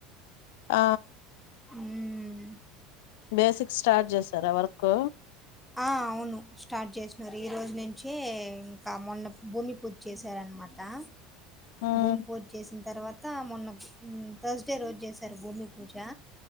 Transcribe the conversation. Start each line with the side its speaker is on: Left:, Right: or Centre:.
Left: ఆ
Centre: హ్మ్
Left: బేసిక్ స్టార్ట్ చేసారా వర్క్
Centre: ఆ అవును స్టార్ట్ జేసినారు ఇయా ఈ రోజు నుంచే ఇంకా మొన్న భూమి పూజ్ చేసారు అనమాటా
Left: ఉమ్,
Centre: భూం పూజ్ చేసిన తర్వా తా మొన్న థర్స్డే రోజు చేసారు భూమి పూజా